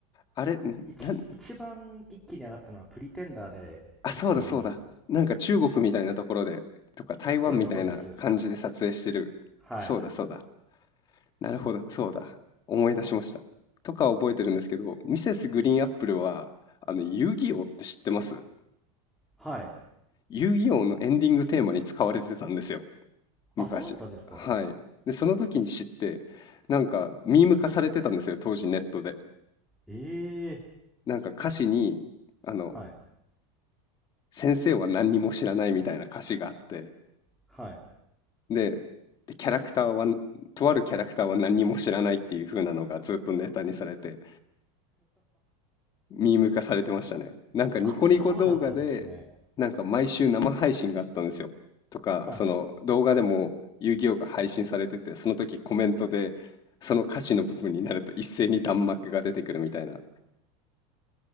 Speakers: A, on the left; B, in the centre.
A: あれ、
B: 一、
A: なん、
B: 一番一気に上がったのはプリテンダーで一気に。
A: あ、そうだそうだ。なんか中国みたいなところで、とか台湾みたいな感じで撮影してる。
B: そうです、そうです。はい。
A: そうだそうだ。なるほど、そうだ。思い出しました。とか覚えてるんですけど、ミセスグリーンアップルは、あの、遊戯王って知ってます
B: はい。
A: 遊戯王のエンディングテーマに使われてたんですよ。昔。
B: あ、そうだったんですか
A: はい。で、その時に知って、なんか、ミーム化されてたんですよ、当時ネットで。
B: ええ
A: なんか歌詞に、あの、
B: はい。
A: 先生は何にも知らないみたいな歌詞があって、
B: はい。
A: で、でキャラクターは、とあるキャラクターは何にも知らないっていう風なのがずっとネタにされて、ミーム化されてましたね。なんかニコニコ動画で、
B: あ、そうだったんですね。
A: なんか毎週生配信があったんですよ。とか、
B: はい。
A: その動画でも遊戯王が配信されてて、その時コメントで、その歌詞の部分になると一斉に弾幕が出てくるみたいな。